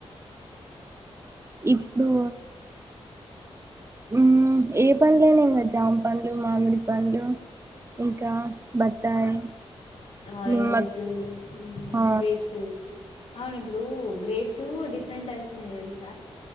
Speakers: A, on the right; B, on the left.
A: ఇప్పుడూ ఉమ్ ఏ పండ్లైనా ఏం కాద్ జామ పండ్లు, మామిడి పండ్లు ఇంకా బత్తాయి
B: ఆరెంజెసు
A: నిమ్మ
B: హ్మ
A: ఆ
B: గ్రేప్స్ అవును ఇప్పుడూ గ్రేప్సు డిఫ్ ఫ్రెంట్ అచ్చినై తెల్సా